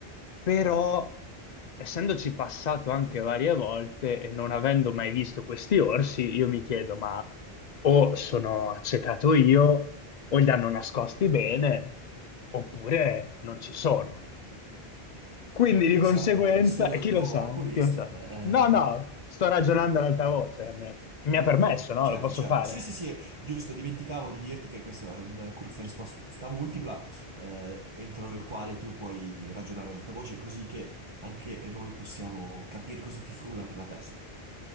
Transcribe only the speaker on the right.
Chi
lo
sa, eh, non sono
il tuo
oculista.
eh.
Certo,
certo.
Sì, sì, sì, giusto, dimenticavo di dirti che questo è un quiz a risposta multipla, eh, entro il quale tu puoi ragionare ad alta voce, così che anche noi possiamo capire cosa ti frulla per la testa.